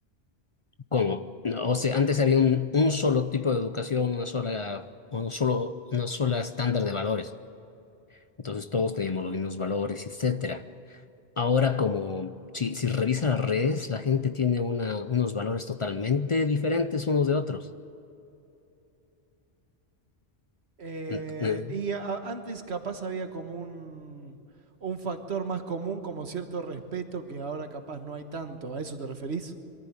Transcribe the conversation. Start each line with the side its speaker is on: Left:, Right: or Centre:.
Left: Como, no, o sea, antes había un, un solo tipo de educación, una sola, un solo, una sola estándar de valores. Entonces todos teníamos los mismos valores, etcétera. Ahora, como si, si revisa las redes, la gente tiene una, unos valores totalmente diferentes unos de otros.
Right: Eh,
Left: Eh,
Right: y a- antes capaz había como un, un factor más común, como cierto respeto que ahora capaz no hay tanto. ¿A eso te referís?